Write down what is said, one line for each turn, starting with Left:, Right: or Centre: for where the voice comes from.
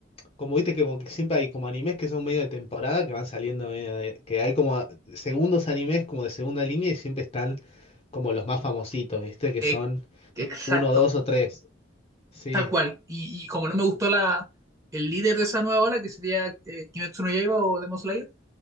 Left: como viste que, como que siempre hay como animes que son medio de temporada, que van saliendo, medio de- que hay como segundos animes como de segunda línea y siempre están como los más famositos, viste, que
Right: Ex-
Left: son
Right: Exacto.
Left: uno, dos o tres, sí.
Right: Tal cual. Y, y como no me gustó la, el líder de esa nueva ola, que sería eh, Kimetsu no Yaiba o Demon Slayer,